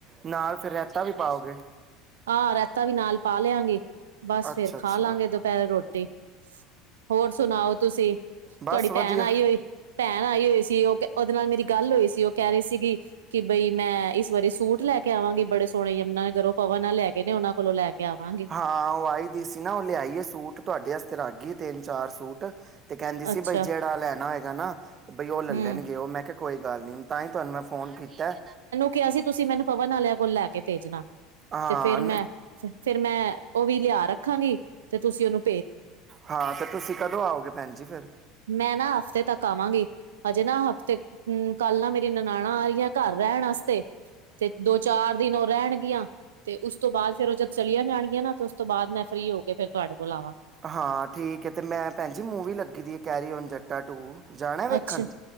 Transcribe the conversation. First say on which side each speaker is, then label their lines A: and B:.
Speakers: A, on the right; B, on the right.
A: ਨਾਲ ਫੇਰ ਰੈਤਾਂ ਵੀ ਪਾਓਗੇ?
B: ਆਂ ਰੈ ਤਾ ਵੀ ਨਾਲ ਪਾ ਲਿਆਂਗੀ। ਬਸ
A: ਅੱਛਾ
B: ਫੇਰ ਖਾ
A: ਅੱਛਾ
B: ਲਾਂਗੇ ਦੁਪੈਰੇ ਰੋਟੀ। ਹੋਰ ਸੁਣਾਓ? ਤੁਸੀਂ
A: ਬਸ
B: ਤੁਐਡੀ ਭੈਣ
A: ਵਧੀਆ
B: ਆਈ ਹੋਈ ਭੈਣ ਆਈ ਹੋਈ ਸ ਕੀ ਓਹ ਕੈ ਓਹਦੇ ਨਾਲ ਮੇਰੀ ਗੱਲ ਹੋਈ ਸੀ ਓਹ ਕੈਹ ਰੇ ਸੀਗੀ ਕਿ ਬਈ ਮੈਂ ਇਸ ਵਾਰੀ ਸੂਟ ਲੈ ਕੇ ਆਵਾਂਗੀ ਬੜੇ ਸੋਣੇ ਯਮਨਾ ਨਗਰੋ। ਪਵਨ ਆਲੈ ਹੈਗੇ ਨੇ ਓਹਨਾਂ ਕੋਲੋਂ ਲੈ ਕੇ ਆਵਾਂਗੇ।
A: ਆਵਾਂਗੀ। ਉਹ ਆਈ ਦੀ ਸੀ ਨਾ ਓਹ ਲਿਆਈ ਏ ਸੂਟ ਤੁਐਡੇ ਅਸਤੇ ਰੱਖਗੀ ਏ ਤਿੰਨ-ਚਾਰ ਸੂਟ। ਤੇ ਕੈੰਦੀ ਸੀ
B: ਅੱਛਾ
A: ਬਈ ਜੇੜਾ ਲੈਣਾ ਹੋਏਗਾ ਨਾ ਬਈ ਓਹ ਲਲ
B: ਹਮ
A: ਲਣਗੇ ਓਹ, ਮੈਂ ਕਿਆ ਕੋਈ ਗੱਲ ਨੀ। ਤਾਂਈ ਤੁਆਨੂੰ ਮੈਂ ਫੋਨ ਕੀਤੈ।
B: ਕਿਆ ਸੀ ਤੁਸੀਂ ਮੈਨੂੰ ਪਵਨ ਆਲਿਆਂ ਕੋਲ ਲੈ ਕੇ ਭੇਜਣਾ।
A: ਹਾਂ।
B: ਤੇ ਫੇਰ ਮੈਂ- ਫੇ ਫੇਰ ਮੈਂ ਓਹ ਵੀ ਲਿਆ ਰੱਖਾਂਗੀ, ਤੇ ਤੁਸੀਂ ਓਨੂੰ
A: ਹਾਂ, ਤੇ ਤੁਸੀਂ ਕਦੋਂ ਆਓਗੇ ਭੈਣ ਜੀ ਫੇਰ?
B: ਮੈਂ ਨਾ ਹਫ਼ਤੇ ਤੱਕ ਆਵਾਂਗੀ। ਹਜੇ ਨਾ ਹਫ਼ਤੇ ਉਂ ਕੱਲ ਨਾ ਮੇਰੀ ਨਨਾਣਾਂ ਆ ਰੀਆਂ ਘਰ ਰੈਣ ਆਸਤੇ। ਤੇ ਦੋ-ਚਾਰ ਦਿਨ ਰੈਣਗੀਆਂ ਤੇ ਉਸ ਤੋਂ ਬਾਦ ਫੇਰ ਓਹ ਜਦ ਚਲੀਆਂ ਜਾਣਗੀਆਂ ਨਾ ਤੇ ਉਸ ਤੋਂ ਬਾਦ ਮੈਂ ਫਰੀ ਹੋ ਕੇ ਫੇਰ ਤੁਐਡੇ ਕੋਲ ਆਵਾਂਗ
A: ਹਾਂ, ਠੀਕ ਏ ਤੇ ਮੈਂ ਭੈਣ ਜੀ ਮੂਵੀ ਲੱਗੀ ਦੀ ਏ, ਕੈਰੀ ਓਨ ਜੱਟਾ ਟੂ। ਜਾਣਾ ਵੇਖਣ?
B: ਅੱਛਾ।
A: ਹਾਂ